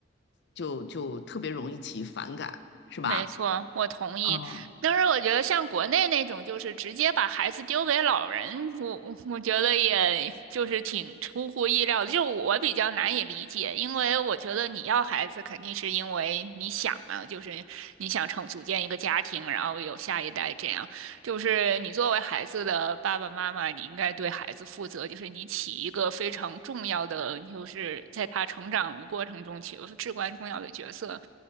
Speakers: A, on the left; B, on the right.
A: 就就特别容易起反感，是吧？
B: 没错，我同意。
A: 嗯
B: 但是我觉得像国内那种，就是直接把孩子丢给老人，我我我觉得也就是挺出乎意料的，就我比较难以理解，因为我觉得你要孩子肯定是因为你想嘛，就是你想成组建一个家庭，然后有下一代这样。就是你作为孩子的爸爸妈妈，你应该对孩子负责，就是你起一个非常重要的，就是在他成长的过程中起一个至关重要的角色。